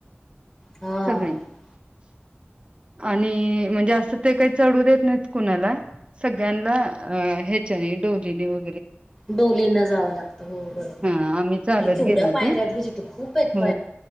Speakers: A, in the centre; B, on the right.
A: हा
B: सगळी आणि म्हणजे असं ते काही चढू देत नाही कुणाला सगळ्यांना च ठो जव
A: डोलीन जावं लागतं हो बरोर
B: हा आम्ही चालत
A: तेवढ्या
B: गेलो होतो
A: पायऱ्यात ग तिथं खूप प
B: हो